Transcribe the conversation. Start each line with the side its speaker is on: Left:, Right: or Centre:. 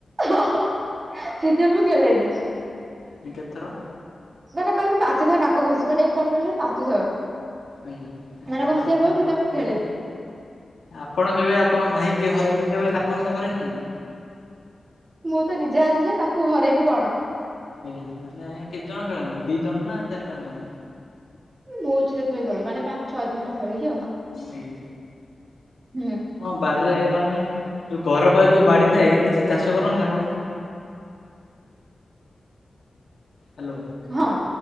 Right: ହଁ ହଁ ସେଥିପାଇଁ ମୁଁ ଖେଳେନି।
Left: ଏମିତି କେତେ ଥର?
Right: ମାନେ କହିବେ ପାଞ୍ଚ ଥର ନାକ ଘସିଵ ନେଇ ମାନେ ଏପଟ ସେପଟ କରି ପାଞ୍ଚ ଥର।
Left: ଆଜ୍ଞା ଆ ସେଇଥିପାଇଁ
Right: ମାନେ ଘଷିବାକୁ
Left: ଆପଣ
Right: କହିବେ ସେଥିପାଇଁ ମୁଁ
Left: <unintelligible>
Right: ଖେଳେନି।
Left: ଆପଣ କେବେ ଆପଣ ଭାଇକି ହରେଇକି, କେବେ ନାକ ଘସା କରେଇଛନ୍ତି?
Right: ମୁଁ ତ ନିଜେ ହାରିଯାଏ, ତାକୁ ହରେଇବି କଣ।
Left: ଆଜ୍ଞା ମାନେ ଆଜ୍ଞା କେତେ ଜଣ ଖେଳନ୍ତି, ଦି ଜଣ ନା ଚାରି ପାଞ୍ଚ ଜଣ?
Right: ବୋହୂ ଚୋରି ଖେଳ ଖେଳୁ, ମାନେ ପାଞ୍ଚ ଛଅ ଜଣ ପଖାପାଖି ଆଉ
Left: ଆଜ୍ଞା
Right: ହୁଁ।
Left: ବାଡ଼ିରେ ମାନେ ଯୋଉ ଘର ପାଖେ ଯୋଉ ବାଡ଼ି ଥାଏ, କିଛି ଚାଷ କରନ୍ତି ଆପଣ? ହ୍ୟାଲୋ
Right: ହଁ